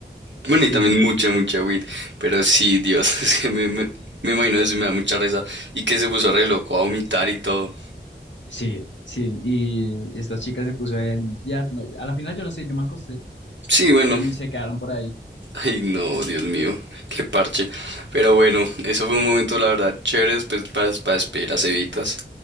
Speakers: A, on the right (about 80°); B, on the left (about 85°).
A: bueno,
B: sí,
A: y también
B: sí, sí.
A: mucha, mucha weed. Pero sí, Dios, <laughs> es que me, me, me imagino eso y me da mucha risa. Y que se puso re loco a vomitar y todo.
B: Sí, sí, y estas chicas se puso ahí a limpiar. no, a la final yo no sé, yo me acosté
A: Sí, bueno,
B: y se quedaron por ahí.
A: ay no, Dios mío, qué parche. Pero bueno, eso fue un momento, la verdad, chévere, pues para, para despedir a Cevitas.